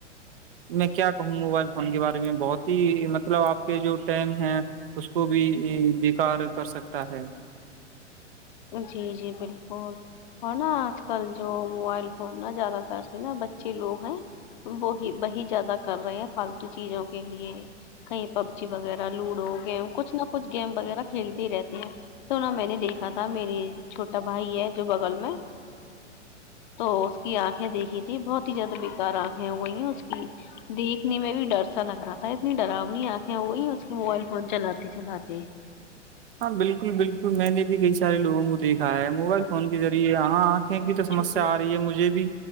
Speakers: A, on the right; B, on the left.
A: میں کیا کہوں موبائل فون کے بارے میں بہت ہی مطلب آپ کے جو ٹم ہے اس کو بھی بیکار کر سکتا ہے
B: جی جی بالکل اور نا آج کل جو موبائل فون نا زیادہ تر سے نا بچ اچھے لوگ ہیں وہی وہی زیادہ کر رہے ہیں فالتو چیزوں کے لیے کہیں پب جی وغیرہ لوڈو گیم کچھ نہ کچھ گیم وغیرہ کھیلتی ہی رہتی ہیں تو ن میں نے دیکھا تھا میری چھوٹا بھائی ہے جو بغل میں تو اس کی آنکھیں دیکھی تھی بہت ہی زیادہ بکار آنکھیں ہو گئی ہیں اس کی دیکھنے میں بھی ڈر سا لگ رہا تھا اتنی ڈرؤ نہیں آکھیں وہی اس کے موبائل فون چلاتے چلاتے
A: ہاں بالکل بالکل میں نے بھی کئی سارےوگوں کو دیکھا ہے موبائل فون کے ذریعے یہاں کی تو سمسیا
B: چھوٹو
A: آ رہی ہے مجھے بھی